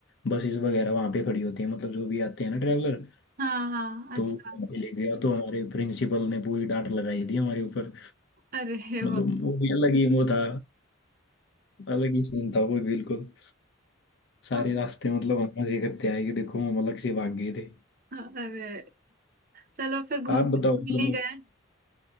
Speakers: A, on the left; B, on the right.
A: बसेस वगैरह वहाँ पे खड़ी होती हैं मतलब जो भी आते हैं ना ट्रैवलर
B: हाँ हाँ हाँ,
A: तो
B: अच्छा
A: वो वहाँ पे ले गया तो हमारे प्रिंसिपल ने पूरी डांट लगाई थी हमारे ऊपर
B: अरे
A: मतलब
B: वाह
A: वो भी अलग ही वो था अलग ही सीन था वो बिल्कुल सारे
B: हाँ,
A: रास्ते मतलब हम मजे करते आए कि देखो हम अलग से भाग गए थे
B: हाँ, अरे चलो फिर घूम
A: आप बताओ
B: मिल
A: मतलब
B: ही गए